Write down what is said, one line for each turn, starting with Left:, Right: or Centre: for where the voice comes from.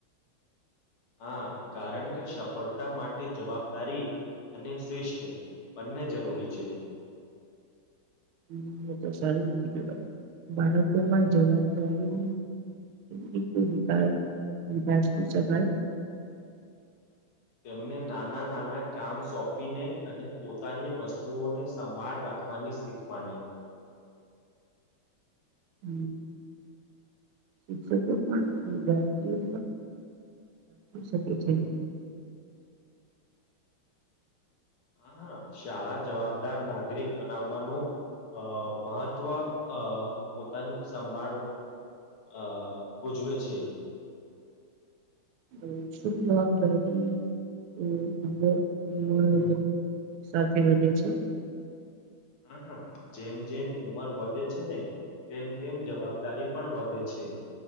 Left: હા કારણ કે સફળતા માટે જવાબદારી અને શિષ્ઠ બંને જરૂરી છે.
Right: હમ્મ એ તો સારું ગ ભાઈ બાળકોમાં જવાબદારીવ <unintelligible> વિકાસ. <unintelligible>
Left: તેમને નાના નાના કામ સોંપીને અને પોતાની વસ્તુઓને સંભાળ રાખ વાની શીખવાની.
Right: <unintelligible> શિક્ષકો પણ વિદ્યાર્થીઓ <unintelligible> શકે છે. <inaudible>
Left: હા હા શાળા જવાબદાર નાગરિક બનાવાનું- અ મહત્વ પોતાની સંભાળ આ બુજવે છે.
Right: <inaudible> શું જવાબદારી <unintelligible> સાથે વધે છે.
Left: હા હા જેમ જેમ ઉંમર વધે છે ને તેમ તેમ જવાબદારી પણ વધે છે.